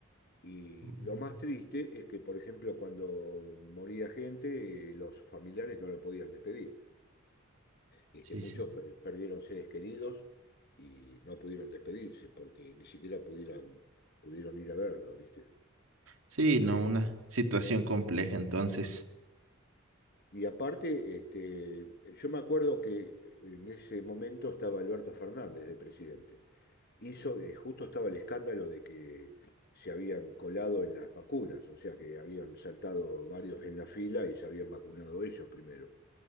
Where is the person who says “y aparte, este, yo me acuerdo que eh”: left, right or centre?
Left